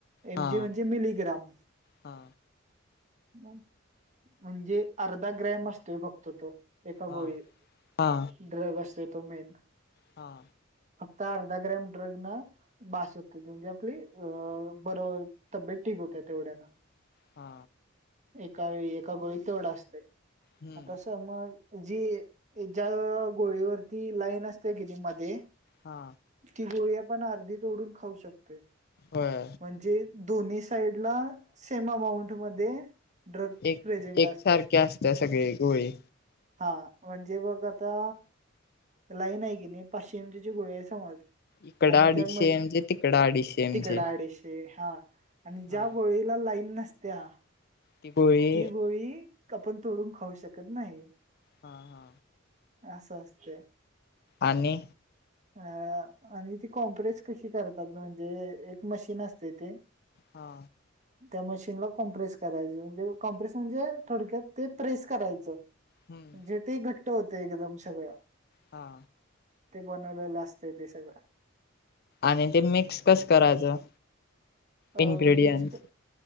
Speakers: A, on the right; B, on the left.
A: एमजी
B: हा
A: म्हणजे मिली ग्राम
B: हा
A: म्हणजे अर्धा ग्रॅम असतोय फक्त तो एका
B: हा
A: गोळीत
B: हा
A: ड्रग असतोय, तो मेन
B: हा
A: आता अर्धा ग्रॅम ड्रग ना बास होते तेवढी आपली, अ बर तब्येत ठीक होते तेवढ्यान.
B: हा
A: एका वेळी एका गोळीत तेवढ असतय
B: हम्म
A: आता समज जी ज्या गोळीवरती लाईन असते कीनी मध्ये
B: हा
A: ती गोळी आपण आर्धी तोडुन खाऊ शकतोय.
B: होय
A: म्हणजे दोन्ही साईड ला सेम अमाऊंट मध्ये ड्रग
B: एक
A: प्रेझेंट
B: एक
A: असतोय
B: सारखी असतेय सगळी गोळी
A: हा म्हणजे बघ आता लाईन आहे की नाही पाचशे इंचीची गोळी आहे समज
B: इकडं
A: आणि
B: अडीचशे
A: त्यामध्ये
B: एम जी तिकडं अडीचशे एम
A: तिकड
B: जी
A: आडीशै हा आणि ज्या
B: हा
A: गोळीला लाईन नसतीया
B: ती गोळी
A: ती गोळी कापुन तोडून खाऊ शकत नाही.
B: हा हा
A: असं अस असते.
B: आणि
A: अ आणि ती कॉम्प्रेस कशी करतात? म्हणजे एक मशीन असते ते
B: हा.
A: त्या मशीनला कॉम्प्रेस करायची, म्हणजे कॉम्प्रेस म्हणजे थोडक्यात ते प्रेस करायचं.
B: हम्म
A: म्हण जे तेही घट्ट होते एकदम सगळं.
B: हा.
A: ते बनवलेलं असतय ते सगळं.
B: आणि ते मिक्स कसं करायचं? इन्ग्रेडियंट्स
A: अ मिक्स.